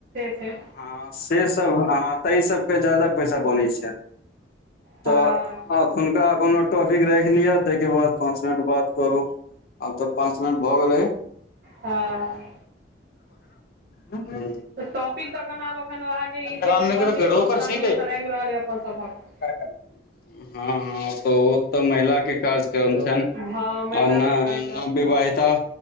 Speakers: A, on the right; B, on the left.
A: छै।
B: हां से सब हां तै सबके जादा पैसा बनै छै
A: हँ
B: तऽ हुनका कोनो टॉपिक राख लियौ तै के बाद पांच मिनट बात करू, आब तऽ पांच <unintelligible> भऽ गेलै,
A: हँ
B: हुं।
A: तऽ टॉपिक तखन आब एखन अहाँ के ई
B: काम
A: छै से
B: नहि करे
A: पंचमी
B: घरो
A: मौश्रामणी
B: कर सीधे
A: एखन आब रहल या अपन सभक।
B: <unintelligible> हां-हां त उ तऽ महिला के कार्जक्रम छैन।
A: हँ महिला
B: आ नै
A: के कार्यक्रम
B: नवविवाहिता
A: छनि